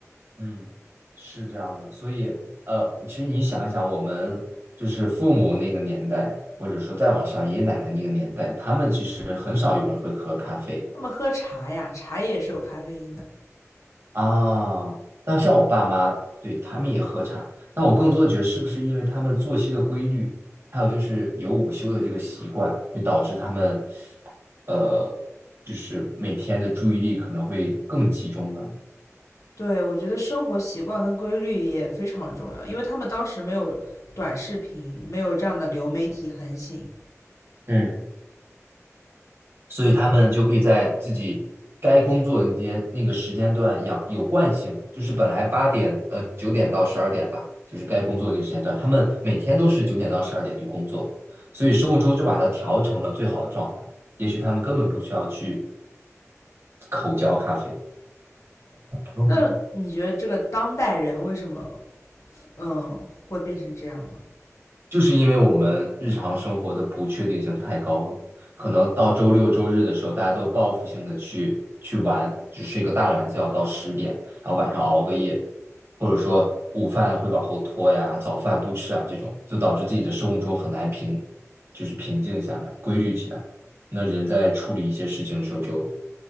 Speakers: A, on the right; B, on the left.
A: 嗯，是这样的。所以呃，其实你想一想，我们就是父母那个年代，或者说再往上爷爷奶奶那个年代，他们其实很少有人会喝咖啡。
B: 他们喝茶呀，茶也是有咖啡因的。
A: 啊，那像我爸妈，对，他们也喝茶，但我更多的觉得是不是因为他们作息的规律，还有就是有午休的这个习惯，会导致他们，呃，就是每天的注意力可能会更集中呢？
B: 对，我觉得生活习惯跟规律也非常重要，因为他们当时没有短视频，没有这样的流媒体横行，
A: 嗯。所以他们就可以在自己该工作的那间那个时间段养有惯性，就是本来八点呃九点到十二点吧，就是该工作的那个时间段，他们每天都是九点到十二点去工作，所以生物钟就把它调成了最好的状态。也许他们根本不需要去口嚼咖啡。嗯
B: 那你觉得这个当代人为什么嗯会变成这样呢？
A: 就是因为我们日常生活的不确定性太高了，可能到周六周日的时候，大家都报复性的去去玩，只睡个大懒觉到十点，然后晚上熬个夜，或者说午饭会往后拖呀，早饭不吃啊，这种就导致自己的生物钟很难平，就是平静下来，规律起来。那人在处理一些事情的时候就